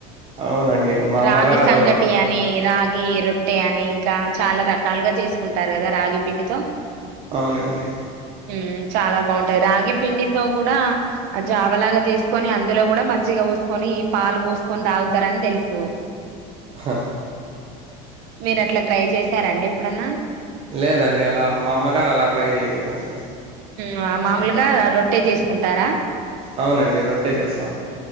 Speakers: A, on the right; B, on the right.
A: అవునండి మా
B: రాగి
A: అమ్మగారు
B: సంఘటి అని రాగి రొట్టె అని ఇంకా చాలా రకాలుగా చేసుకుంటారు కదా రాగి పిండితో
A: అవునండి
B: ఉం చాలా బాగుంటాయి రాగి పిండితో కూడా జావలాగా చేసుకొని అందులో కూడా మజ్జిగ పోసుకొని పాలు పోసుకొని తాగుతారని తెలుసు
A: హ
B: మీరు అట్లా ట్రై చేసారండి ఎప్పుడన్నా
A: లేదండి అలా మా అమ్మగారు అలా ట్రై చేయనిదండి
B: ఉం మాములుగా రొట్టే చేసుకుంటారా
A: అవునండి రొట్టె చేస్తాం